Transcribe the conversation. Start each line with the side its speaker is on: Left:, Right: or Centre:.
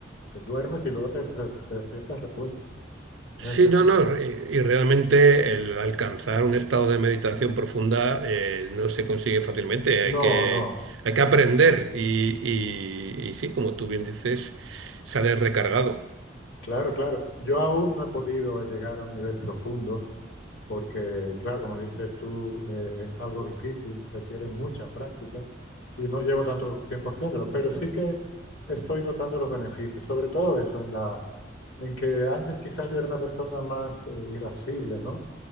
Left: Te duermes y luego te, re- te despiertas repuesto. Entonces
Right: Sí, no,
Left: eso...
Right: no, re- y realmente el alcanzar un estado de meditación profunda eh, no se consigue fácilmente, hay
Left: No,
Right: que,
Left: no.
Right: hay que aprender y, y, y sí, como tú bien dices, sales recargado.
Left: Claro, claro. Yo aún no he podido llegar a un nivel profundo porque, claro, como dices tú, eh, es algo difícil, requiere mucha práctica y no llevo tanto tiempo haciéndolo, pero sí que estoy notando los beneficios, sobre todo eso, en la, en que antes quizás yo era una persona más eh, irascible, ¿no?